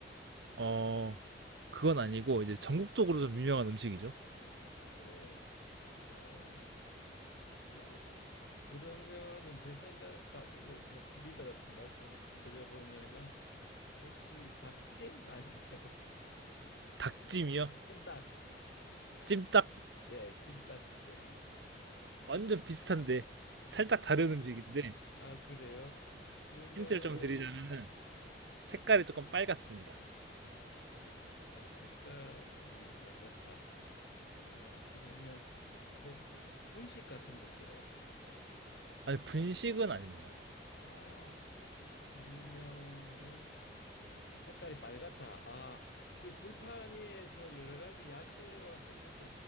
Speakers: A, on the right (about 80°); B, on the left (about 70°).
A: 어, 그건 아니고 이제 전국적으로 좀 유명한 음식이죠.
B: 영국 예. 어, 그 그러면은 제 생각을 뭐 틀리더라도 말씀드려 보면은 혹시 닭찜 아닌가요? <laughs>
A: 닭찜이요.
B: 찜닭.
A: 찜닭
B: 예, 찜닭 요리.
A: 완전 비슷한데 살짝
B: 아,
A: 다른 음식인데
B: 아, 그래요? 그러면
A: 힌트를 좀 드리자면은 색깔이 조금 빨갛습니다.
B: 아, 색깔이 빨갛다. 어, 그러면 뭐 분식 같은 건가요?
A: 아니, 분식은 아닙니다.
B: 아, 그러면은 색깔이 빨갛다. 아, 그 불판 위에서 여러 가지 야채와 섞어서